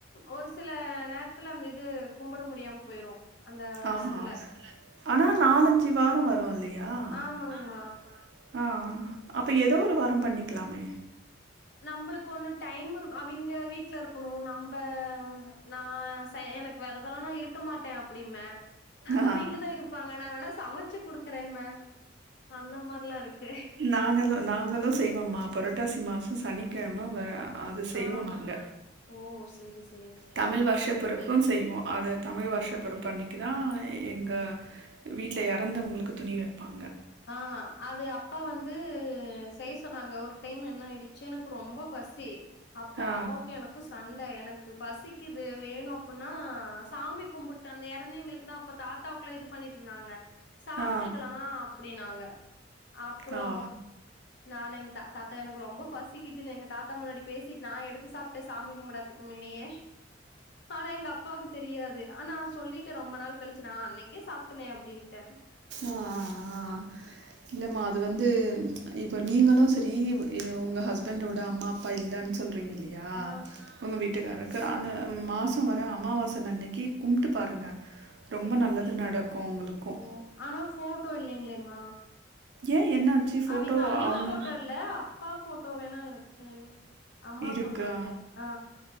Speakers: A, on the left; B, on the right.
A: ஒரு சில நேரத்துல அந்த இது கும்பிட முடியாம போயிரு அந்த வருஷத்துல
B: ஆ ஆ ஆனா நாலஞ்சு வாரம் வரு இல்லையா
A: ஆமாங்மா
B: ஆமா ஆமா ஆ அப்போ ஏதோ ஒரு வாரோ பண்ணிக்கலாமே
A: நம்பளுக்கு ஒண்ணு டைம் இரு அவிங்க வீட்டு்ல இருக்கணு நம்ப நா ச எனக்கு வெரதெல்லா நா இருக்க மாட்டே அப்டிம அவ
B: ஆ
A: இங்கதா இருப்பாங்க நா வேணா சமச்சு குடுக்குறேம்ம அந்த மாரிலா இருக்கு
B: நாங்களு நாங்களு செய்வோம்மா புரட்டாசி மாசோ சனிக்கெழமை வெர அது செய்வோ
A: ஆ
B: நாங்க
A: ஓ செரி செ
B: தமிழ் வருஷ பொறப்பும் செய்வோ அது தமிழ்
A: ஓ
B: வருஷ பொறப் பன்னைக்கு தா எங்க வீட்ல இறந்தவங்களுக்கு துணி வப்பாங்க
A: ஆ அது அப்பா வந்து செய்ய சொன்னாங்க ஒரு டைம் என்ன ஆயிடுச்சு எனக்கு ரொம்ப பசி அப்போ
B: ஆ
A: அப்பாவுக்கு எனக் கு சண்ட எனக்கு பசிக்குது வேணு அப்புன்னா சாமி கும்பிட்டு அந்த இறந்தைங்களுக்கு தா அப்ப தாத் தாவுக்குல இது பண்ணிட்டு இருந்தாங்க சாப்ட்டுக்கலா
B: ஆ
A: அப்டினாங்க அப்றோ
B: ஆ
A: நானெங் தா தாத்தா எனக்கு ரொம்ப பசிக்குதுனு எங்க தாத்தா முன்னாடி பேசிட் நா எடுத்து சாப் ட்டு சாமி கும்டதுக்கு முன்னயே பானா எங்க அப்பாவுக்கு தெரியாது ஆனா சொல்லிட்டே ரொம்ப நாள் கழிச்சு நா அன்னைக்கே சாப்ட்டனே அப்டின்டே
B: ஆ ஆ ஆ இல்லம்மா அது வந்து இப்போ நீங்களு சரி எ உங்க ஹஸ்பண்டோட அம்மா அப்பா இல்லன் சொல்றீங்க இல்லையா
A: ஆ
B: உங்க வீட்டுக்காரர் க்கு அந்த மாசோ வர அமாவாசன் அன்னைக்கு கும்ட்டு பாருங்க ரொம்ப
A: சேரிங்கமா
B: நல்லது நடக்கும் உங்களுக்கும்
A: ஓ ஆனா ஃபோட்டோ இல்லேங்ளேமா
B: ஏ என்னாச்சு ஃபோட்டோ
A: அவிங்க அம்மா
B: அவங்க
A: போட்டோ இல்ல அப்பா போட்டோ வேணா இருக்கு அம்மா
B: இருக்கா
A: போட்டோ இல்ல ஆ